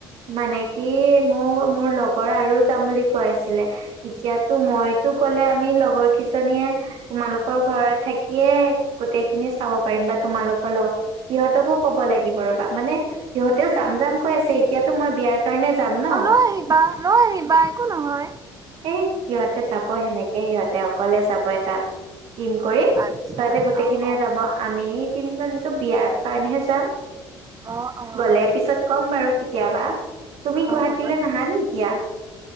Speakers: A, on the right (about 65°); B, on the right (about 30°).
A: মানে কি মোৰ মোৰ লগৰ আৰু যাম বুলি কৈ আছিলে। এতিয়াতো মইতো গ'লে আমি লগৰ কেইজনীয়ে তোমালোকৰ ঘৰত থাকিয়ে গোটেই খিনি চাব পাৰিম বা তোমালোকৰ লগত। সিহঁতকো কব লাগিব ৰবা, মানে সিহঁতেও যাম যাম কৈ আছে এতিয়াতো মই বিয়াৰ কাৰণে যাম ন।
B: অ লৈ আহিবা, লৈ আহিবা একো নহয়।
A: এ সিহঁতে যাব সেনেকে সিহঁতে অকলে যাব এটা ট্ৰিম কৰি। সিহতে
B: আচ্ছা
A: গোটেইখিনিয়ে
B: অ অ
A: যাব আমি তিনিজনী বিয়াৰ কাৰণেহে যাম।
B: অ অ
A: গলে
B: অ
A: পিছত কম বাৰু কেতিয়াবা। তুমি গুৱাহাটীলৈ
B: হ'ব দে
A: নাহা নি এতিয়া?